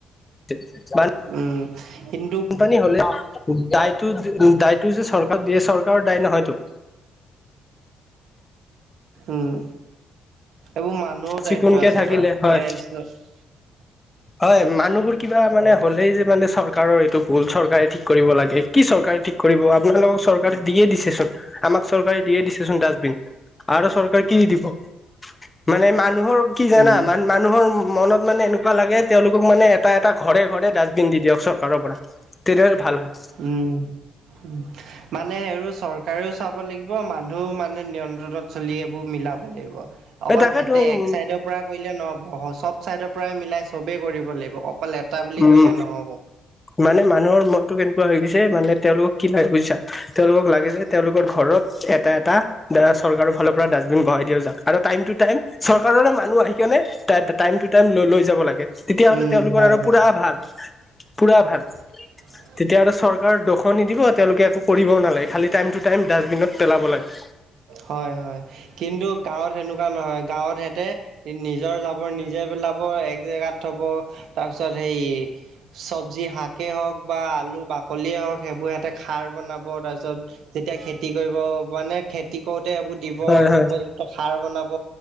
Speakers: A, on the left; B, on the right.
A: <unintelligible>
B: উম, কিন্তু
A: বানপানী হলে দায়টো দায়টো যে চৰকাৰ দিয়ে, চৰকাৰৰ দায় নহয়তো।
B: উম, এইবোৰ মানুহৰ
A: চিকুণকে
B: দায়িত্ব আছে
A: থাকিলে
B: তো
A: হয়
B: <unintelligible>
A: হয়, মানুহবোৰ কিবা মানে হ'লেই যে মানে চৰকাৰৰ এইটো ভুল, চৰকাৰে ঠিক কৰিব লাগে, কি চৰকাৰে ঠিক কৰিব আপোনালোকক চৰকাৰ চৰকাৰে দিয়ে দিছেচোন, আমাক চৰকাৰে দিয়ে দিছেচোন ডাষ্টবিন, আৰু চৰকাৰে কি দি দিব। মানে মানুহৰ কি জানা,
B: উম,
A: মানু মানুহৰ মনত মানে এনেকুৱা লাগে, তেওঁলোকক মানে এটা এটা ঘৰে ঘৰে ডাষ্টবিন দি দিয়ক চৰকাৰৰ পৰা। তেতিয়া ভাল হয়।
B: উম। মানে আৰু চৰকাৰেও চাব লাগিব মানুহও মানে নিয়ন্ত্ৰণত চলি এইবোৰ মিলাব লাগিব। অকল
A: এই তাকেতো
B: হেতে
A: উম
B: এক চাইডৰ পৰা কৰিলে নহব চব চাইডৰ পৰাই মিলাই চবেই কৰিব লাগিব, অকল এটা বুলি
A: উম
B: কৰিলে নহ'ব।
A: মানে মানুহৰ মনতটো কেনেকুৱা হৈ গৈছে, মানে তেওঁলোকক কি লাগে বুজিছা। তেওঁলোকক লাগে যে, তেওঁলোকৰ ঘৰত এটা এটা দ চৰকাৰৰ ফালৰ পৰা ডাষ্টবিন বঢ়াই দিয়া যাওক, আৰু টাইম টো টাইম চৰকাৰৰে মানুহ আহি কেনে টাইম টু টাইম ল লৈ যাব লাগে, তেতিয়াহ'লে
B: উম
A: তেওঁলোকৰ
B: হয়
A: আৰু
B: হয়
A: পুৰা ভাল, পুৰা ভাল।
B: <inaudible>
A: তেতিয়া আৰু চৰকাৰ দোষ নিদিব, তেওঁলোকে একো কৰিবও নালাগে, খালি টাইম টু টাইম ডাষ্টবিনত পেলাব লাগে।
B: হয়, হয়, কিন্তু গাঁৱত সেনেকুৱা নহয়, গাঁৱত হেঁতে নিজৰ যাবৰ নিজে পেলাব, এক জেগাত থব, তাৰপিছত সেই চবজি শাকেই হওক বা আলু বাকলিয়েই হওক, সেইবোৰ সিহঁতে খাৰ বনাব তাৰপিছত যেতিয়া খেতি কৰিব মানে খেতি কৰোতে সেইবোৰ দিব
A: হয় হয়
B: উপযুক্ত সাৰ বনাব,